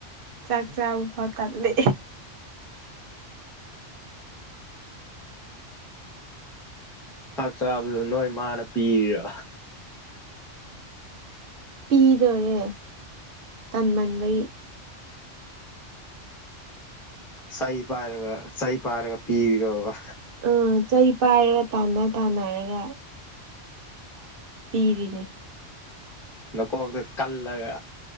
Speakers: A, on the right; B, in the centre.
A: ꯆꯥꯛ ꯆꯥꯕ ꯐꯥꯎ ꯇꯜꯂꯤ
B: ꯆꯥꯛ ꯆꯥꯕꯗꯨ ꯅꯣꯏ ꯃꯥꯅ ꯄꯤꯔ
A: ꯄꯤꯗꯣꯔꯦ ꯇꯟꯃꯟꯕꯩ
B: ꯆꯩ ꯄꯥꯏꯔꯒ ꯆꯩ ꯄꯥꯏꯔꯒ ꯄꯤꯔꯤꯔꯣꯕ
A: ꯎꯝ ꯆꯩ ꯄꯥꯏꯔꯒ ꯇꯥꯟꯅ ꯇꯥꯟꯅꯔꯒ ꯄꯤꯔꯤꯅꯦ
B: ꯅꯀꯣꯛꯇ ꯀꯜꯂꯒ